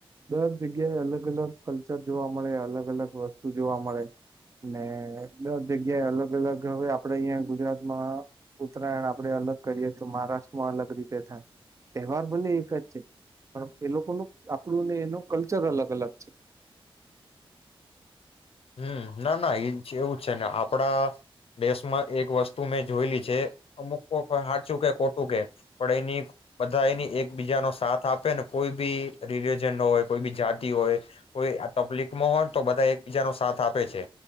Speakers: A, on the right; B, on the left.
A: દર જગ્યાએ અલગ અલગ કલ્ચર જોવા મળે, અલગ અલગ વસ્તુ જોવા મળે ને દર જગ્યાએ અલગ અલગ હવે આપણેે અહીયાં ગુજરાતમાં ઉત્તરાયણ આપણે અલગ કરીએ તો મહારાષ્ટ્રમાં અલગ રીતે થાય. તહેવાર ભલે એક જ છે પણ, એ લોકોનું આપણુંને એનો કલ્ચર અલગ અલગ છે.
B: હમ્મ. ના ના એ એવું જ છે ને આપડા દેશમાં એક વસ્તુ મેં જોયલી છે અમુક <unintelligible> હાચું કે ખો હું કે પણ એની બધા એની એકબીજા નો સાથ આપે ને કોઈ બી રિલીજન નો હોય, કોઈ બી જાતિ હોય, કોઈ આ તપલીપ મા હોત તો બધા એ બીજા નો સાથ આપ પે છે